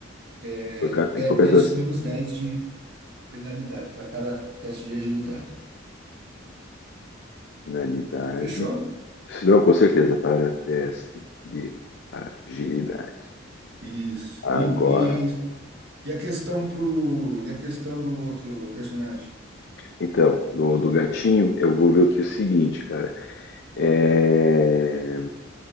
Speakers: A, on the right; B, on the left.
A: é,
B: Por cada,
A: 10,
B: em compensação,
A: menos 10 de penalidade para cada teste de agilidade.
B: finalidade.
A: Fechou?
B: Se não, com certeza, para teste de agilidade.
A: Isso.
B: Agora.
A: E, e, e a questão pro, e a questão do outro personagem?
B: Então, do, do gatinho, eu vou ver o que é o seguinte, cara. É.